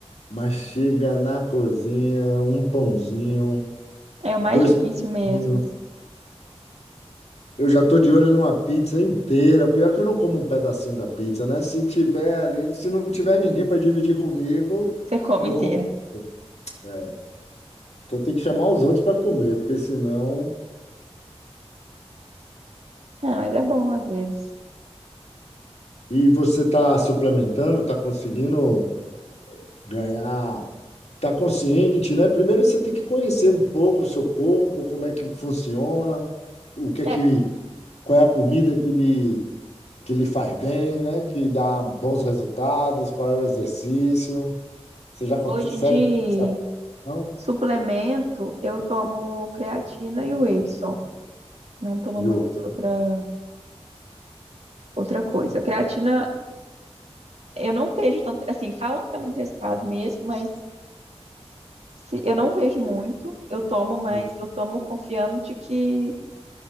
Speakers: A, on the left; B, on the right.
A: mas chega na cozinha, um pãozinho,
B: É o mais
A: dois
B: difícil mesmo.
A: pãozinhos. Eu já tô de olho numa pizza inteira. Pior que eu não como um pedacinho da pizza, né? Se tiver ali, se não tiver ninguém para dividir comigo,
B: Você come
A: eu
B: inteira.
A: como. É, então tem que chamar os outros para comer, porque senão.
B: Ah, mas é bom às vezes.
A: E você está suplementando, está conseguindo ganhar, tá consciente, né? Primeiro você tem que conhecer um pouco o seu corpo, como é que funciona, o que é
B: É,
A: que, qual é a comida que lhe, que lhe faz bem, né? Que dá bons resultados, qual é o exercício. Você já consegue
B: hoje de
A: essa não?
B: suplemento, eu tomo creatina e whey só. Não tomo
A: E
B: mais
A: outra,
B: outra, outra coisa. Creatina, eu não vejo tanto. Assim, falam que dá muito resultado mesmo, mas se, eu não vejo muito. Eu tomo, mas
A: né?
B: eu tomo confiando de que